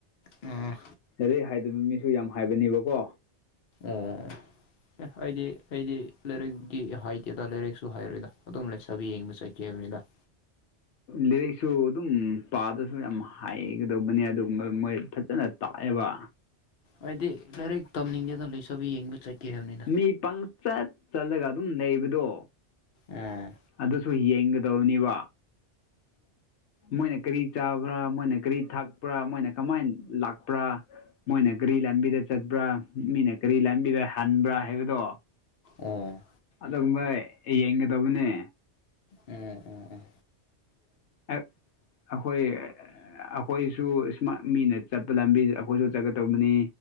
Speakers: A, on the left (about 60°); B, on the left (about 85°).
A: ꯎꯝ
B: ꯑꯗꯩ ꯍꯥꯏꯗꯕ ꯃꯤꯁꯨ ꯌꯥꯝ ꯍꯥꯏꯕꯅꯦꯕꯀꯣ
A: ꯎꯝ ꯑꯦ ꯑꯩꯗꯤ ꯑꯩꯗꯤ ꯂꯥꯏꯔꯤꯛꯀꯤ ꯍꯥꯏꯇꯦꯗ ꯂꯥꯏꯔꯤꯛꯁꯨ ꯍꯥꯏꯔꯣꯏꯗ ꯑꯗꯨꯝ ꯂꯩ ꯆꯕꯤ ꯌꯦꯡꯕ ꯆꯠꯀꯦꯕ ꯎꯗ
B: ꯂꯥꯏꯔꯤꯛꯁꯨ ꯑꯗꯨꯝ ꯄꯥꯗꯁꯨ ꯌꯥꯝ ꯍꯥꯏꯒꯗꯧꯕꯅꯤ ꯑꯗꯨꯒ ꯃꯣꯏ ꯐꯖꯅ ꯇꯥꯛ ꯑꯦꯕ
A: ꯍꯥꯏꯗꯤ ꯂꯥꯏꯔꯤꯛ ꯇꯝꯅꯤꯡꯒꯦꯗ ꯂꯩꯣꯏꯁꯕꯤ ꯌꯦꯡꯕ ꯆꯠꯀꯦ ꯍꯥꯏꯕꯅꯤꯗ
B: ꯃꯤ ꯄꯪꯆꯠ ꯆꯠꯂꯒ ꯑꯗꯨꯝ ꯂꯩꯕꯗꯣ
A: ꯎꯝ
B: ꯑꯗꯨꯁꯨ ꯌꯦꯡꯒꯗꯧꯅꯤꯕ ꯃꯣꯏꯅ ꯀꯔꯤ ꯆꯥꯕ꯭ꯔꯥ ꯃꯣꯏꯅ ꯀꯔꯤ ꯊꯥꯛꯄ꯭ꯔꯥ ꯃꯣꯏꯅ ꯀꯃꯥꯏꯅ ꯂꯥꯛꯄ꯭ꯔꯥ ꯃꯣꯏꯅ ꯀꯔꯤ ꯂꯝꯕꯤꯗ ꯆꯠꯄ꯭ꯔꯥ ꯃꯤꯅ ꯀꯔꯤ ꯂꯝꯕꯤꯗ ꯍꯟꯕ꯭ꯔꯥ ꯍꯥꯏꯕꯗꯣ
A: ꯎꯝ
B: ꯂꯚꯩ ꯑꯩ ꯌꯦꯡꯒꯗꯕꯅꯦ
A: ꯎꯝ ꯎꯝ ꯎꯝ
B: ꯑꯩꯈꯣꯏ ꯑꯩꯈꯣꯏꯁꯨ ꯏꯁꯃꯥ ꯃꯤꯅ ꯆꯠꯄ ꯂꯝꯕꯤ ꯑꯩꯈꯣꯏꯁꯨ ꯆꯠꯀ ꯇꯧꯕꯅꯤ